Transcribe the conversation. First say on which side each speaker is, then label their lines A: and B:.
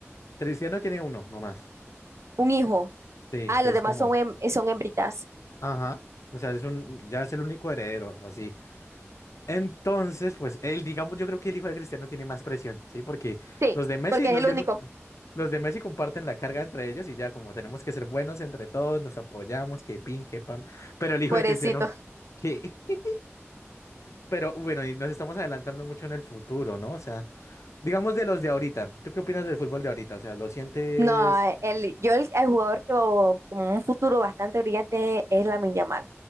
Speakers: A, on the left; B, on the right.
A: Cristiano tiene uno nomás.
B: Un hijo.
A: Sí,
B: Ah, los
A: que es
B: demás
A: como,
B: son, hem- son hembritas.
A: ajá. O sea, es un, ya es el único heredero, así. Entonces, pues él, digamos, yo creo que el hijo de Cristiano tiene más presión, ¿sí? Porque
B: Sí,
A: los de Messi,
B: porque
A: los
B: es el
A: de,
B: único.
A: los de Messi comparten la carga entre ellos y ya como tenemos que ser buenos entre todos, nos apoyamos, que pin, que pam. Pero el hijo
B: Pobrecito.
A: de Cristiano, ¿qué? <laughs> Pero bueno, y nos estamos adelantando mucho en el futuro, ¿no? O sea, digamos de los de ahorita. ¿Tú qué opinas del fútbol de ahorita? O sea, ¿lo sientes
B: No, eh, el, yo el, el jugador que veo como un futuro bastante brillante es Lamine Yamal.